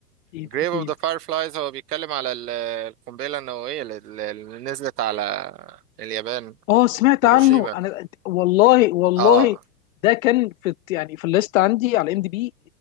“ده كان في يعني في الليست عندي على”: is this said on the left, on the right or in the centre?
Left